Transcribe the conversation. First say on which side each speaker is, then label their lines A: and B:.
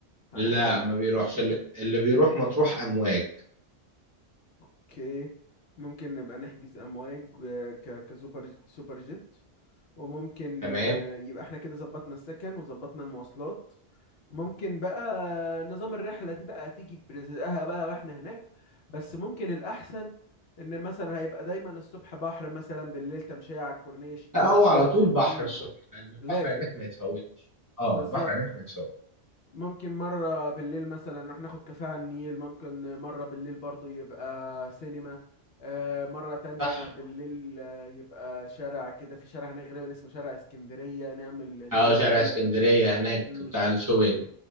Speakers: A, on the left (about 65°); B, on the right (about 20°).
A: هنحتاج
B: لا ما بيروحش اللي اللي بيروح مطروح امواج
A: اوكي ممكن نبقى نحجز امواج آه، ك كسوبر سوبر جيت وممكن
B: تمام
A: آه، يبقى احنا كده ظبطنا السكن وظبطنا المواصلات ممكن بقى نظام الرحلة دي بقى تيجي برزقها بقى واحنا هناك بس ممكن الأحسن إن مثلا هيبقى دايما الصبح بحر مثلا بالليل تمشية على الكورنيش
B: لا هو
A: صبح
B: على طول بحر
A: امم
B: الصبح لان البحر
A: لازم
B: هناك ما يتفوتش اه
A: بالظبط
B: البحر هناك ما يتفوتش
A: ممكن مرة بالليل مثلا نروح ناخد كافيه على النيل ممكن مرة بالليل برضو يبقى سينما آه، مرة تانية
B: صح
A: بالليل آه، يبقى شارع كده في شارع هناك غالبا اسمه شارع اسكندرية نعمل شوبينج
B: اه شارع
A: كده
B: اسكندرية هناك
A: امم
B: بتاع الشوبينج